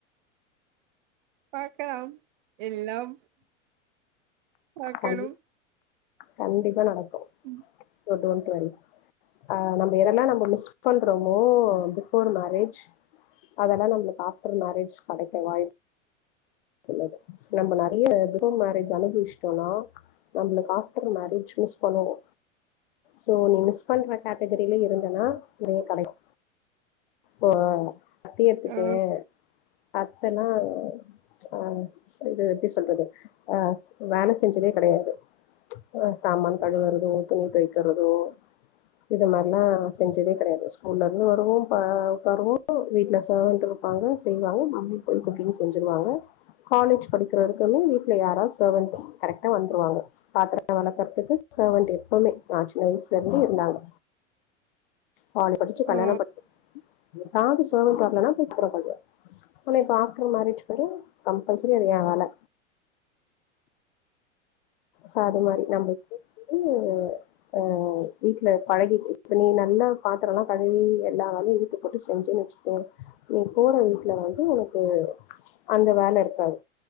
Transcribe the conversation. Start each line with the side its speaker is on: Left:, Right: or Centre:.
Right: பாக்கலாம் எல்லாம் பாக்கணும்
Left: கண் கண்டிப்பா நடக்கு
Right: ம்
Left: யூ டோண்ட் ஒரி ஆ நம்ப எதெல்லா நம்ம மிஸ் பண்றோமோ பிஃபோர் மேரேஜ் அதெல்லா நம்பளுக்கு ஆஃப்டர் மேரேஜ் கெடைக்க வாய்ப் புள்ளது நம்ப நெறைய பிஃபோர் மேரேஜ் அனுபவிச்சிட்டோனா நம்பளுக்கு ஆஃப்டர் மேரேஜ் மிஸ் பண்ணுவோ சோ நீ மிஸ் பண்ற கேட்டகிரில இருந்தனா நிறைய கெடைக்கு ம்ச் ஆ அத்தைய எடுத்துக்கோயே
Right: ஓ
Left: அத்தனா ஆ இது எப்படி சொல்றது ஆ வேல செஞ்சதே கெடையாது ஆ சாமான் கழுவரது துணி தைக்கறதோ இது மாதிரிலா செஞ்சதே கெடையாது ஸ்கூல்ல இருந்து வருவோம் பா உக்காருவோம் வீட்டு்ல சான்ரு இருப்பாங்க செய்வாங்க மம்மி கொழுக்கட்டையும் செஞ்சுருவாங்க காலேஜ் படிக்கிறதுக்குமே வீட்டுல யாராது சர்வன் கரெக்டா வந்துருவாங்க பாத்திர வெளக்கறதுக்கு கு சர்வண்ட் எப்பவுமே நா சின்ன வயசலிருந்துே இருந்தாங்க காலை படிச்சு கல்யாணம்
Right: ஓ
Left: பண்ண ஏதாவது செர்வண்ட் வரலனா கூப்டாராத இப்ப ஆஃப்டர் மேரேஜ் பாரு கம்பல்சரி அது யே வேல சரி மாரி நம்மள கூப்ட்டுட்டு ஆ வீட்ல பழகி இப்ப நீ நல்லா பாத்திரலா கழுவி எல்லா வேலயு இழுத்து போட்டு செஞ் ச்சேன் வசிக்கோ நீ போற வீட்ல வந்து உனக்கு அந்த வேல இருக்காது